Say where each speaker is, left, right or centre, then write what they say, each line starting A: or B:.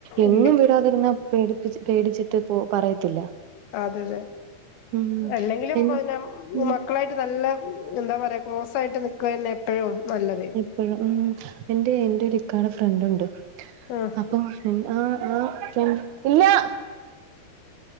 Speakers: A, on the right; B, on the left.
A: എങ്ങും
B: ഇല്ല
A: വിടാതിരുന്നാൽ. പേടിപ്പിച്ച് പേടിച്ചിട്ട് ഇപ്പോ പറയത്തില്ല.
B: അതെ അതെ
A: ഉം
B: അല്ലെങ്കിലും
A: എൻ ഉം
B: മക്കളായിട്ട് നല്ല. എന്താ പറയുക ക്ലോസ് ആയിട്ട് നിക്കാ തന്നെ എപ്പോഴും നല്ലത്.
A: എപ്പോഴും ഉം എന്റെ എന്റെ ഒരു ഇക്കാന്റെ ഫ്രണ്ട് ഉണ്ട്,
B: ആഹ്
A: അപ്പൊ. പിന്നെ ആഹ് ആഹ് പിന്നെ.